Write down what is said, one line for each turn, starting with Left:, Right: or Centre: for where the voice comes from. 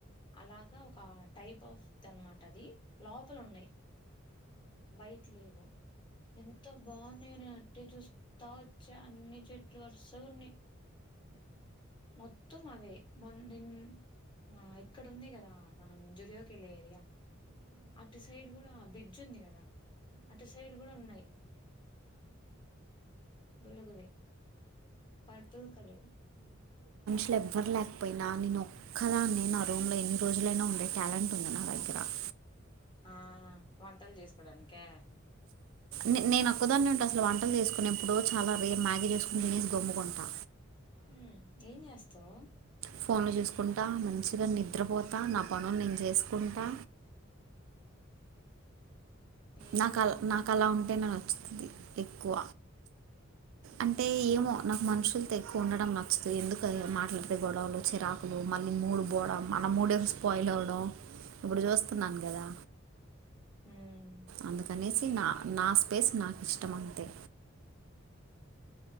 Left: అలాగా ఒక టైప్ ఆఫ్ అనమాట అది లోపల ఉన్నాయి బయట లేవు ఎంత బాగున్నాయో నే అట్టే చూస్తా వచ్చా అన్ని చెట్లు వర్స ఉన్ని మొత్త మ అవే ముందిన్ ఆ ఇక్కడ ఉంది కదా మనం జురియాకిల్ళ ఏరియా అటు సైడ్ కూడా బ్రిడ్జ్ ఉంది కదా అటు సైడ్ కూడా ఉన్నాయి బలుగువే పర్పుల్ కలర్
Right: ఫల ఎవ్వర్ లేకపోయినా నేను ఒక్కదా అన్న నా రూమ్లో ఎన్ని రోజులైనా ఉండే టాలెంట్ ఉంది నా దగ్గర అ
Left: ఆ వంటలు జేసుకోడానికా?
Right: నే నేను వక్కదాన్నే ఉంటే అసలు వంటలు చేసుకు నేను ఎప్పుడో చాలా రేపు మ్యాగీ చేసుకుని తినేసి గమ్ముకుంటా
Left: మ్మ్ ఏం చేస్తావ్
Right: ఫోన్లు చూసుకుంటా మంచిగా నిద్రపోతా నా పనులు నేను చేసుకుంటా
Left: ఏందో
Right: నాకలా
Left: పో
Right: నాకలా ఉంటేనే నచ్చుతుంది ఎక్కువ అంటే ఏమో నాకు మనుషులు తో ఎక్కువ ఉండటడం నచ్చదు ఎందుకు మాట్లాడితే గొడవలు చిరాకులు మళ్ళీ మూడు పోవడం మన మూడ స్పాయిల్ అవ్వడం ఇప్పుడు చూస్తున్నాను కదా
Left: మ్మ్
Right: అందుకనేసి నా నా స్పేస్ నాకు ఇష్టం అంతే